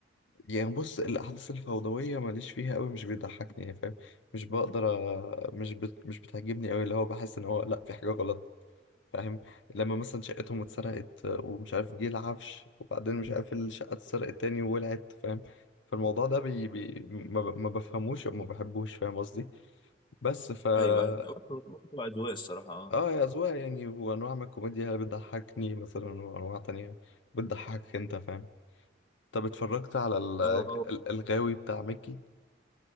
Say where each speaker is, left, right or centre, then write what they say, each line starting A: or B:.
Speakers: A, on the left (about 65°); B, on the left (about 25°).
A: يعني بص الاحداث الفوضويه ماليش فيها قوي مش بيضحكني يعني فاهم مش بقدر آه، مش بت مش بتعجبني قوي اللي هو بحس ان هو لا في حاجه غلط فاهم لما مثلا شقتهم اتسرقت آه، ومش عارف جه العفش وبعدين مش عارف الشقة اتسرقت تاني وولعت فاهم فالموضوع ده بي بي ما, ب... ما بفهموش او ما بحبوش فاهم قصدي بس فا
B: ايوه ايوه برضه- برضه تبقى اذواق الصراحه اه
A: اه يا أذواق يعني وانواع من الكوميديا اللي بتضحكني مثلا وانواع تانية بتضحكك انت فاهم طب اتفرجت على ال-
B: اه
A: ال-
B: آه.
A: الغاوي بتاع ميكي